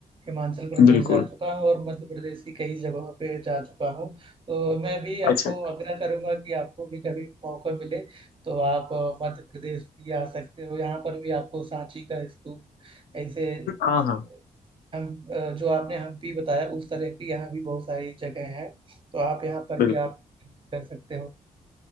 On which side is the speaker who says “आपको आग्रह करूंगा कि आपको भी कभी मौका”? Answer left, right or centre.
Right